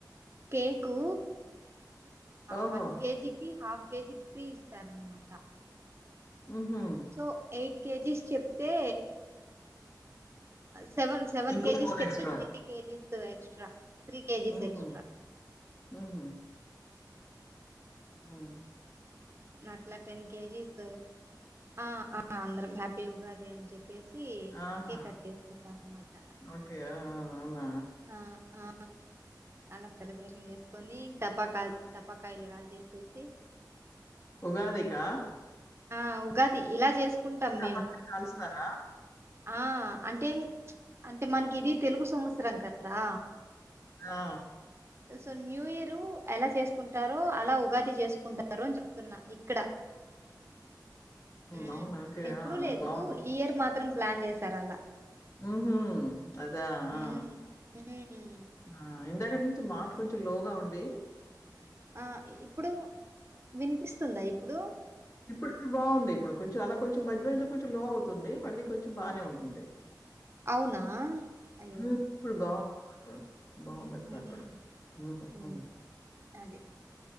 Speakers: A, on the right; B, on the left.
A: కేకు
B: ఓహో!
A: వన్ కేజికి హాఫ్ కేెజి ఫ్రీ ఇస్తారన్నమాట
B: హుహు.
A: సో ఎయిట్ కేజీస్ చెప్తే సెవెన్ సెవెన్
B: ఇంకో
A: కేజీస్ చెప్తే
B: extra.
A: Three kgs extra three kgs
B: హుహు.
A: ఎక్స్ట్రా
B: హుహు. ఆ
A: అట్ల టెన్ కేజీస్ ఆ ఆ అందరం హ్యాపీ ఉగాది అని చెప్పేసి
B: ఆహా!
A: కేక్ కట్ చేసుకుంటం అనమాట
B: ఓకే ఆ అవున
A: ఆ ఆ అలా సెలబ్రేషన్ చేసుకొని టపాకాయ టపాకాయలు కాల్చేసి చేసేసి
B: ఉగాది కా
A: ఆ ఉగా ఇలా చేసుకుంటాం
B: టపాకాయలు
A: మేము
B: కాలుస్తారా?
A: ఆ అంటేం అంటే మనకి ఇది తెలుగు సంవత్సరం కదా
B: ఆ
A: సో న్యూ ఇయరు ఎలా చేసుకుంటారో అలా ఉగాది చేసుకుంటారు అని చెప్తున్నా ఇక్కడ హ్మ్
B: అవును ఓకే
A: ఎప్పుడూ లేదు
B: బాగుంది
A: ఈ ఇయర్ మాత్రం ప్లాన్ చేశారు అలా.
B: ఆహా అదా
A: హ్మ్
B: ఆ
A: హ్మ్
B: ఆ ఇందాకటి నుంచి మాట కొంచెం లోగా ఉండి
A: ఆ ఇప్పుడు వినిపిస్తుందా ఇప్పుడు
B: ఇప్పుడు ఇప్పుడు బాగుంది ఇప్పుడు కొంచెం అలా కొంచెం మధ్య మధ్యలో కొంచెం లో అవుతుంది మళ్ళీ కొంచెం బాగానే ఉంటుంది
A: అవునా అయ్యో
B: ఉమ్ ఇప్పుడు బాగుందమ్మ ఇప్పుడు మా బాగుందక్క
A: హ్మ్,
B: ఇప్పుడు ఉమ్
A: హ్మ్.
B: ఉమ్
A: అది